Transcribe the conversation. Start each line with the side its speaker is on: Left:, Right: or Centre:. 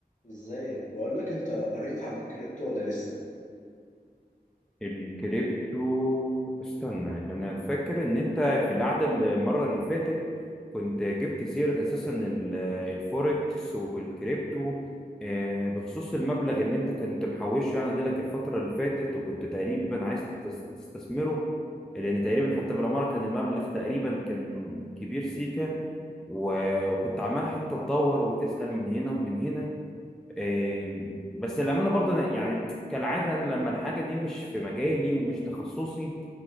Left: ازيك بقول لك انت قريت عن الكريبتو ولا لسه
Centre: الكريبتو استنى انا فاكر ان انت في القعده المره اللي فاتت كنت جبت سيره اساسا ال- الفوركس والكريبتو آه، بخصوص المبلغ اللي انت كنت محوشه يعني لك الفتره اللي فاتت وكنت تقريبا عايز تتس- تستثمره لان تقريبا حتى بالعماره كان المبلغ تقريبا كان كبير سيكا و- وكنت عمال حتى تدور وتسال من هنا ومن هنا إيه، بس للأمانة برضه أنا يعني كالعادة أنا لما الحاجة دي مش في مجالي ومش تخصصي